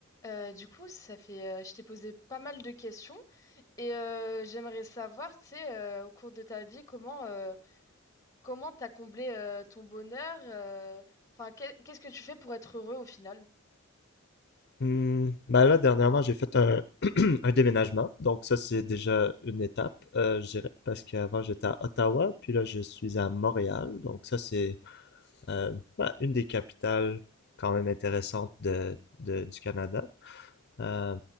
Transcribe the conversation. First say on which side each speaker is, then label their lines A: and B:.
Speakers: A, on the left (about 15°); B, on the left (about 50°).
A: Euh, du coup, ça fait, euh, je t'ai posé pas mal de questions et euh, j'aimerais savoir, tu sais, euh, au cours de ta vie, comment euh, comment t'as comblé euh, ton bonheur, euh, enfin, qu'est- qu'est-ce que tu fais pour être heureux au final?
B: Hmm, ben là, dernièrement, j'ai fait un, <clears throat> un déménagement. Donc ça, c'est déjà une étape, euh, je dirais, parce qu'avant, j'étais à Ottawa, puis là, je suis à Montréal. Donc ça, c'est euh, ben, une des capitales quand même intéressantes de, de- du Canada. Euh,